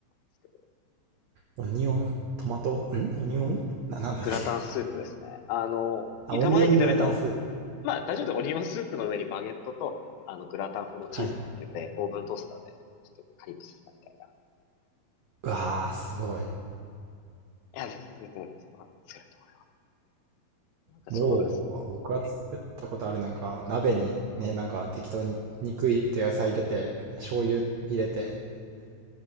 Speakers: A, on the left; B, on the right.
A: すけど。
B: オニオン、トマト、んオニオンな、なんだ
A: グラタンスープですね。
B: <laughs>
A: あの、
B: あ、オニオングラタンスープ。
A: 玉ねぎ炒めて、まあ、大丈夫でオニオンスープの上にバゲットと、あの、グラタン風のチーズ乗っけて、
B: はい。
A: オーブントースターで、ちょっとカリッとさせたみたいな。い
B: うわー、すごい。
A: や、全然全然、そんな、作れると思います。なんかそうですね。
B: もう、僕が作ったことあるなんか、
A: え、
B: 鍋にね、なんか適当に肉入れて野菜入れて、醤油入れて、